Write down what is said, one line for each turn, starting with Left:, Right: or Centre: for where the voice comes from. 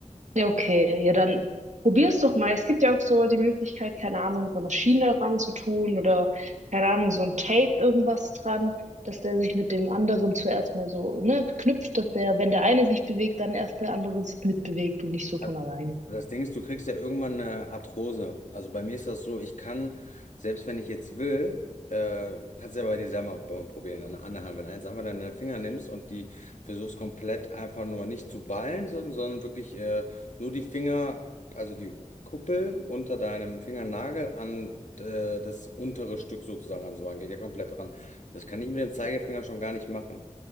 Right: Ja, okay. Ja, dann probier's doch mal. Es gibt ja auch so die Möglichkeit, keine Ahnung, so eine Schiene dran zu tun oder, keine Ahnung, so ein Tape irgendwas dran, dass der sich mit dem anderen zuerst mal so, ne, verknüpft, dass der, wenn der eine sich bewegt, dann erst der andere sich mitbewegt und nicht so
Left: Also,
Right: von alleine.
Left: Das Ding ist, du kriegst ja irgendwann eine Arthrose. Also bei mir ist das so, ich kann, selbst wenn ich jetzt will, äh, kannst du ja bei dir selber mal probieren, an der anderen Hand. Wenn du jetzt einfach deine Finger nimmst und die versuchst komplett einfach nur nicht zu ballen, sondern, sondern wirklich äh, nur die Finger, also die Kuppel unter deinem Fingernagel an äh, das untere Stück sozusagen ranzumachen, geht ja komplett ran. Das kann ich mit dem Zeigefinger schon gar nicht machen.